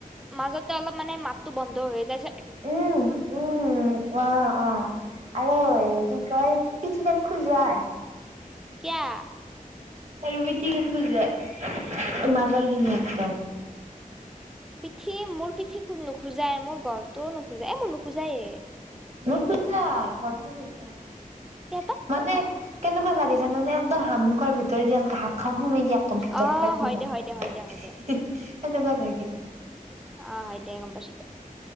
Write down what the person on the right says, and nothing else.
উম উম অ', অ' আৰু কি কয় পিঠি খান খোজায়।
পিঠিখান খুজায় মাজৰ খিনি এক
মোৰ খুজায় গলটো খুজায়।
মানে। কেনেকুৱা লাগে জানে একদম হামুখৰ ভিতৰত এনেকে হাত সোমাই দিয় আকৌ ভিতৰৰ
পৰাই সোমা
সেনেকুৱা
লাগে।